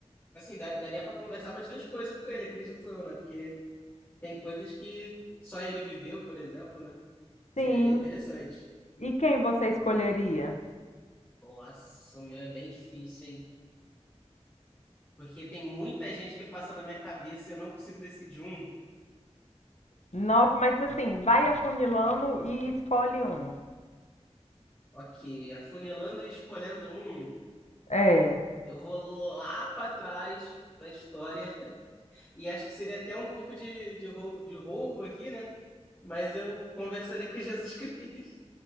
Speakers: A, on the left; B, on the left.
A: Assim, dá- daria pra conversar bastante coisa com ele, acredito, eu, né? Porque tem coisas que só ele viveu, por exemplo, né? Seria
B: Sim.
A: bem interessante.
B: E quem você escolheria?
A: Nossa, o meu é bem difícil, hein? Porque tem muita gente que passa na minha cabeça e eu não consigo decidir um.
B: Nossa, mas assim, vai afunilando e escolhe um.
A: Ok, afunilando e escolhendo um,
B: É.
A: eu vou lá pra trás da história. <laughs> E acho que seria até um pouco de, de rou de roubo aqui, né? Mas eu conversaria com Jesus <laughs> Cristo.